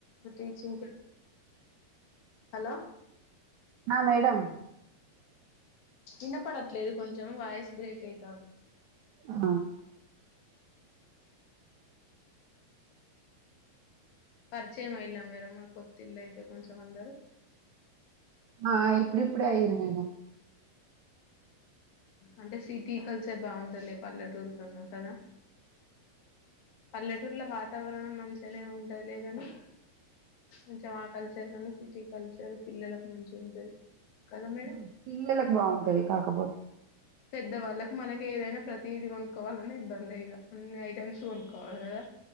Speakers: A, on the left; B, on the right.
A: టీచింగ్ హలో
B: ఆ మేడం
A: వినపడట్లేదు కొంచెం వాయిస్ బ్రేక్ అయితంది
B: ఆ
A: అ పరిచయం అయిలా మేడం మా కొత్తిళ్ల్ళ అయితే కొంచెం అందరు
B: ఆ ఇప్పుడిప్పుడే ఆయీరు మేడం
A: అంటే సిటీ కల్చర్ బాగుంటలే పల్లెటూరు కన్నా కదా పల్లెటూర్ల వాతావరణం మంచిగనే ఉంటద్ లే గాని మంచిగ ఆ కల్చర్ కన్నా సిటీ కల్చర్ పిల్లలకు మంచిగా ఉంటది కదా మేడం
B: ఇంగ పిల్లలలకు బాగుంటది కాకపోతే
A: పెద్దవాళ్ళకి మనకేదైనా ప్రతీది కొనుకొవలన్న ఇబ్బందేయిగ, అన్ని ఐటెమ్స్ కొనుక్కోవాల కదా?